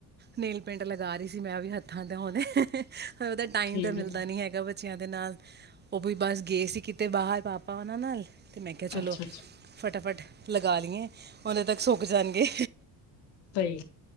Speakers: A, on the right (about 25°); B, on the left (about 80°).
A: ਨੇਲ ਪੇਂਟ ਲਗਾ ਰਹੀ ਸੀ ਮੈਂ ਵੀ ਹੱਥਾਂ ਤੇ ਹੁਣੇ। ਉਹਦਾ ਟਾਈਮ
B: ਠੀਕ
A: ਤਾਂ ਮਿਲਦਾ
B: ਹੈ ਜੀ।
A: ਨੀ ਹੈਗਾ ਬੱਚਿਆਂ ਦੇ ਨਾਲ। ਉਹ ਵੀ ਬਸ ਗਏ ਸੀ ਕਿਤੇ ਬਾਹਰ ਪਾਪਾ ਉਹਨਾਂ ਨਾਲ, ਤੇ ਮੈਂ ਕਿਹਾ ਚਲੋ।
B: ਅੱਛਾ ਅੱਛਾ
A: ਫਟਾਫਟ ਲਗਾ ਲਈਏ ਉੇਨਾ ਤੱਕ ਸੁੱਕ ਜਾਣਗੇ।
B: ਹਾਂ